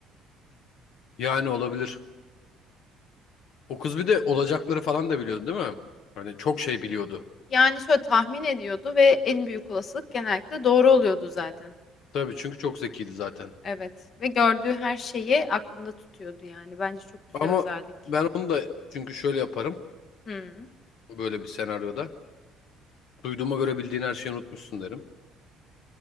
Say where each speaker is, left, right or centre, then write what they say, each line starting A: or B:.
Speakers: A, on the left; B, on the left.
A: Yani olabilir. O kız bir de olacakları falan da biliyordu değil mi? Hani çok şey biliyordu.
B: Yani şöyle tahmin ediyordu ve en büyük olasılık genellikle doğru oluyordu zaten.
A: Tabii çünkü çok zekiydi zaten.
B: Evet ve gördüğü her şeyi aklında tutuyordu yani. Bence çok güzel
A: Ama
B: özellik.
A: ben onu da çünkü şöyle yaparım
B: Hmm.
A: böyle bir senaryoda. Duyduğuma göre bildiğin her şeyi unutmuşsun derim.